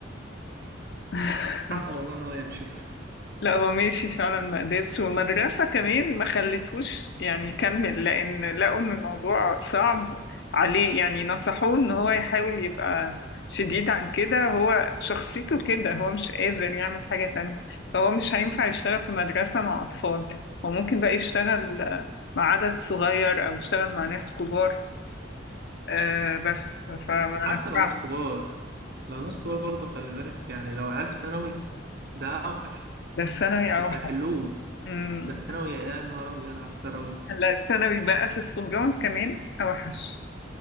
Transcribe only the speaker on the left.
<laughs>
لا هو ماشي فعلا ما قدرش والمدرسة كمان ما خلتهوش يعني يكمل لأن لقوا إن الموضوع صعب عليه يعني نصحوه إن هو يحاول يبقى شديد عن كده هو شخصيته كده هو مش قادر يعمل حاجة تانية فهو مش هينفع يشتغل في مدرسة مع أطفال هو ممكن بقى يشتغل آه، مع عدد صغير أو يشتغل مع ناس كبار آه بس فما
نفعش
ده الثانوي أوحش
أمم.
لا الثانوي بقى في الصبيان كمان أوحش